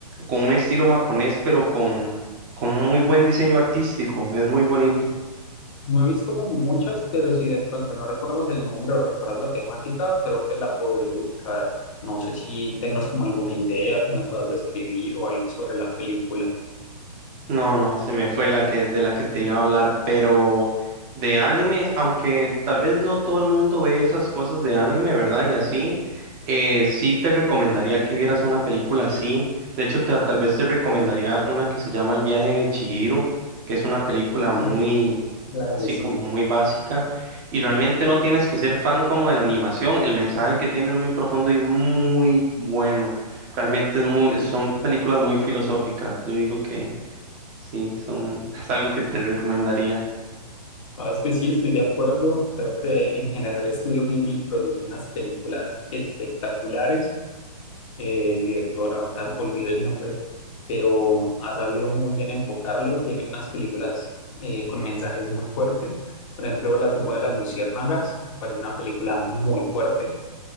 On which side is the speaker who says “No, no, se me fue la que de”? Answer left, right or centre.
Right